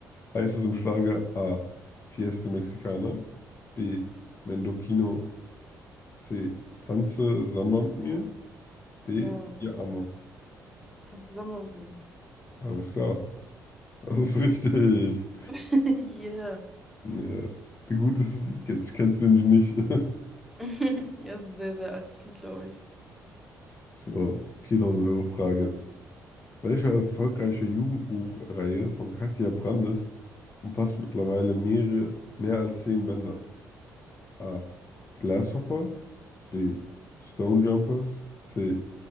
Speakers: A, on the left; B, in the centre.
A: Heißt es im Schlager A. Fiesta Mexicana, B. Mendocino, C. Tanze Samba mit mir, D.
B: Ja.
A: Ihr Amo.
B: Tanz zusammen mit mir.
A: Alles klar, <laughs> das ist richtig.
B: <laughs> Yeah.
A: Ja. Gut, dass du das Lied kennst. Ich kenn's nämlich nicht. <laughs>
B: <laughs> Ja, das ist ein sehr, sehr altes Lied, glaube ich.
A: So, 4000 Euro Frage. Welche erfolgreiche Jugendbuchreihe von Katja Brandes umfasst mittlerweile mehrere, mehr als zehn Bänder? A. Grasshopper, B. Stone Jumpers, C.